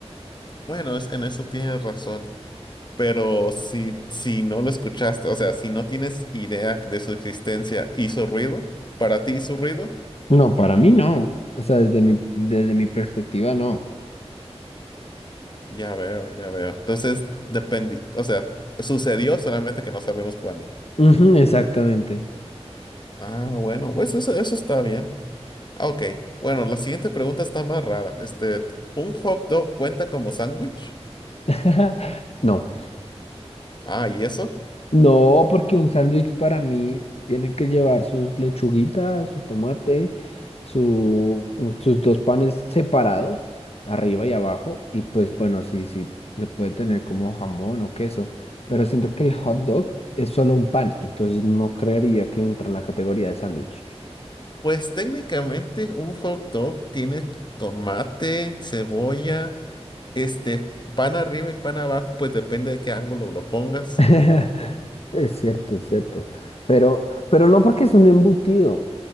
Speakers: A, on the left (about 45°); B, on the left (about 65°).
A: Bueno, es, en eso tienes razón. Pero si, si no lo escuchaste, o sea, si no tienes idea de su existencia, ¿hizo ruido? ¿Para ti hizo ruido?
B: No, para mí no. O sea, desde mi, desde mi perspectiva, no.
A: Ya veo, ya veo. Entonces, depende, o sea, sucedió solamente que no sabemos cuándo.
B: Ujú, exactamente.
A: Ah, bueno, pues eso, eso está bien. Ah, Ok, bueno, la siguiente pregunta está más rara. Este, ¿un hot dog cuenta como sándwich?
B: <laughs> No.
A: Ah, ¿y eso?
B: No, porque un sándwich para mí tiene que llevar sus lechuguitas, su tomate, su, mm, sus dos panes separados, arriba y abajo. Y pues bueno, sí, sí, se puede tener como jamón o queso. Pero siento que el hot dog es solo un pan, entonces no creería que entra en la categoría de sándwich.
A: Pues técnicamente un hot dog tiene tomate, cebolla, este, pan arriba y pan abajo, pues depende de qué ángulo lo pongas.
B: <laughs> Es cierto, es cierto. Pero, pero no porque es un embutido.